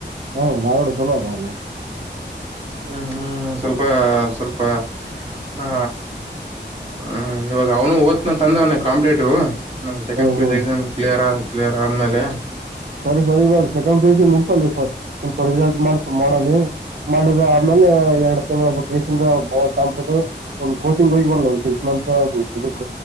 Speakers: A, on the right; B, on the right.
A: ಹ್ಮ್ ಧಾರವಾಡ ಚಲೋ ಆದಾ ಅಲ್ಲಿ.
B: ಹ್ಮ್ ಹ್ಮ್ ಸ್ವಲ್ಪ ಸ್ವಲ್ಪ. ಹಾ ಹ್ಮ್ ಇವಾಗ ಅವನು ಓತ್ನ ಅಂದಾನ ಕಾಂಪೇಟೇಟೀವ್. ನಾವು ಸೆಕೆಂಡ್
A: ಹ್ಮ್
B: ಪಿ ಯು
A: ಹ್ಮ್
B: ಎಸ್ ಎಕ್ಸಾಮ್ ಕ್ಲಿಯರ್ ಕ್ಲಿಯರ್ ಆದ್ಮೇಲೆ.
A: ಸರಿ ಸರಿ ಇವಾಗ ಸೆಕೆಂಡ್ ಪಿಯುಸಿ ಮುಗಸಲಿ ಸ್ವಲ್ಪ ರಿಸಲ್ಟ್ ಮಾಡ ಮಾಡಲಿ. ಮಾಡುದು ಆಮೇಲೆ
B: ಹ್ಮ್
A: ಎರಡ್. ಪಿ ಯು ಸಿ ಇಂದ ಬಾಳ ಕಾಂಪಿಟೆಟಿವ್ ಒಂದ್ ಕೋಚಿಂಗ್ ಹೋಗಿ ಬರಲ ಒಂದ್ ಸಿಕ್ಸ್ ಮಂತ್ ಇದಕ್ಕ